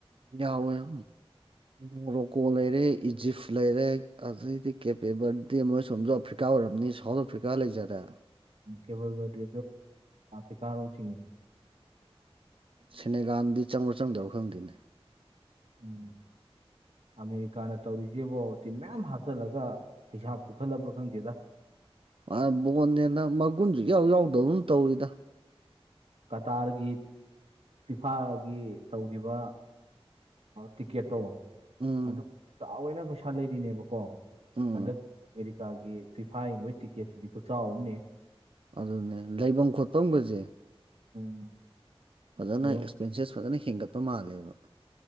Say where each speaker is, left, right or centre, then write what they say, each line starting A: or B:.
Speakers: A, on the right; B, on the right.
A: ꯌꯥꯑꯣ ꯌꯥ ꯃꯣꯔꯣꯛꯀꯣ ꯂꯩꯔꯦ ꯏꯖꯤꯞ ꯂꯩꯔꯦ ꯑꯗꯩꯗꯤ ꯀꯦꯄꯦꯕꯔꯗꯦ ꯃꯣꯏ ꯁꯣꯝꯗꯐ꯭ꯔꯤꯀ ꯑꯔꯤꯀꯥ ꯑꯣꯏꯔꯔꯕꯅꯤ ꯁꯥꯎꯠ ꯑꯐ꯭ꯔꯤꯀꯥ ꯂꯩꯖꯔꯦ
B: ꯎ ꯀꯦꯕꯜꯗꯤ ꯤꯀꯥꯔꯣ ꯆꯤꯡꯏꯤ
A: ꯁꯦꯅꯦꯒꯥꯟꯗꯤ ꯆꯪꯕ꯭ꯔꯣ ꯆꯪꯗꯧꯔꯣ ꯈꯪꯗꯦꯅꯦ <inaudible>
B: ꯎꯝ ꯑꯃꯦꯔꯤꯀꯥꯅ ꯇꯧꯔꯤꯁꯤꯦꯕꯣ ꯇꯤꯝ ꯃꯌꯥꯝ ꯍꯥꯞꯆꯤꯜꯂꯒ ꯄꯩꯁꯥ ꯄꯨꯈꯠꯂꯕ꯭ꯔꯥ ꯈꯪꯗꯦꯗ
A: ꯑ ꯕꯣꯟꯅꯦꯅ ꯃꯒꯨꯟꯁꯨ ꯌꯥꯎ ꯌꯥꯎꯗꯕꯅ ꯇꯧꯔꯤꯗ
B: ꯀꯇꯔ ꯒꯤꯠ ꯐꯤꯐꯥꯒꯤ ꯇꯧꯈꯤꯕ ꯇꯤꯀꯦꯠꯇꯣ
A: ꯎꯝ
B: ꯑꯗꯨ ꯆꯥꯎꯋꯦꯅ ꯄꯩꯁꯥ ꯂꯩꯔꯤꯅꯦꯕꯀꯣ
A: ꯎꯝ
B: ꯍꯟꯗꯛꯦ ꯒꯤ ꯐꯤꯐꯥ ꯌꯦꯡꯕꯒꯤ ꯇꯤꯛꯀꯦꯠꯁꯤꯗꯤ ꯈꯨꯆꯥꯎ ꯑꯃꯅꯦ
A: ꯑꯗꯨꯅꯦ ꯂꯩꯐꯝ ꯈꯣꯠꯐꯝꯒꯁꯦ
B: ꯎꯝ
A: ꯐꯖꯅ
B: ꯂꯩꯕꯝ
A: ꯑꯦꯛꯁꯄꯦꯟꯁꯦꯁ ꯐꯖꯅ ꯍꯦꯟꯒꯠꯄ ꯃꯥꯜꯂꯦꯕ